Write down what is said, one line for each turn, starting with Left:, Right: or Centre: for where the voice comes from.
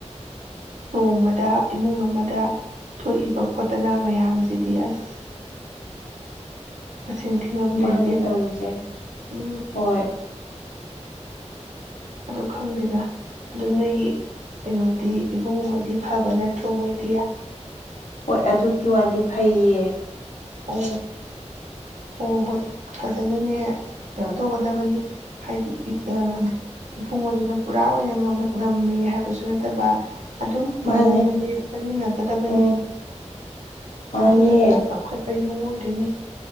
Right: ꯅꯣꯡꯃꯗ ꯏꯃꯨꯡ ꯑꯃꯗ ꯊꯣꯛꯏꯕ ꯈꯣꯠꯇꯅꯥ ꯃꯌꯥꯝꯁꯤꯗꯤ ꯑꯁ ꯃꯁꯤꯡ ꯊꯤꯉꯝꯗ꯭ꯔꯦ
Left: ꯃꯥꯅꯦ
Right: ꯏꯕꯦꯝꯃ
Left: ꯇꯧꯔꯤꯁꯦ
Right: ꯎꯝ
Left: ꯍꯣꯏ
Right: ꯑꯗꯨ ꯈꯪꯗꯦꯗ ꯑꯗꯨ ꯅꯣꯏꯒꯤ ꯀꯩꯅꯣꯗꯤ ꯏꯕꯨꯡꯉꯣ ꯍꯣꯏꯗꯤ ꯐꯕ ꯅꯠꯇ꯭ꯔꯣ ꯃꯣꯏꯗꯤ
Left: ꯍꯣꯏ ꯑꯗꯨꯒꯤ ꯋꯥꯗꯤ ꯐꯩꯌꯦ
Right: ꯑꯣ ꯍꯣ ꯍꯣꯏ ꯐꯖꯅꯅꯦ ꯀꯩꯅꯣ ꯇꯧꯒꯗꯕꯅꯤ ꯍꯥꯏꯗꯤ ꯌꯨ ꯑꯥ ꯏꯕꯨꯡꯉꯣꯗꯨꯅ ꯄꯨꯔꯥ ꯑꯣꯏꯅ ꯉꯝꯃ ꯉꯝꯃꯦ ꯍꯥꯏꯕꯁꯨ ꯅꯠꯇꯕ ꯑꯗꯨꯝ ꯃꯥꯟꯅꯅꯅꯦ
Left: ꯃꯥꯅꯦ
Right: ꯆꯠꯃꯤꯟꯅꯒꯗꯕꯅꯤ
Left: ꯎꯝ ꯃꯥꯅꯦ
Right: ꯑꯗꯨꯗꯨꯅ ꯆꯧꯈꯠ ꯄꯩꯉꯣ ꯑꯣꯏꯗꯣꯏꯅꯤ